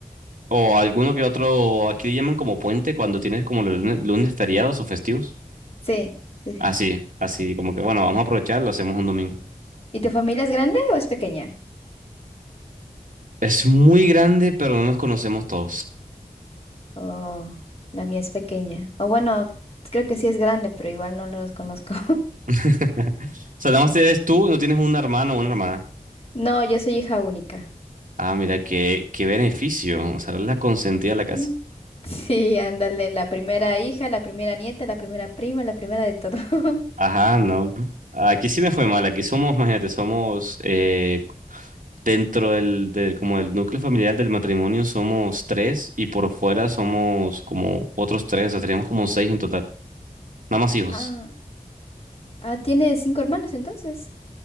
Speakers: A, on the right; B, on the left.
A: O alguno que otro, aquí le llaman como puente cuando tienes como los lunes, lunes feriados o festivos.
B: Sí, sí, sí.
A: Así, así, como que bueno, vamos a aprovechar, lo hacemos un domingo.
B: ¿Y tu familia es grande o es pequeña?
A: Es muy grande, pero no nos conocemos todos.
B: Oh, la mía es pequeña. O bueno, creo que sí es grande, pero igual no los conozco.
A: <laughs> O sea, nada más
B: <laughs>
A: eres tú, no tienes un hermano o una hermana.
B: No, yo soy hija única.
A: Ah, mira, qué, qué beneficio. O sea, eres la consentida de la casa.
B: Mm. Sí, ándale, la primera hija, la primera nieta, la primera prima, la primera de todo. <laughs>
A: Ajá, no. Aquí sí me fue mal. Aquí somos, imagínate, somos eh, dentro del, del- como del núcleo familiar del matrimonio somos tres y por fuera somos como otros tres, o sea, seríamos como seis en total. Nada más hijos.
B: Ah, ah, tiene cinco hermanos entonces.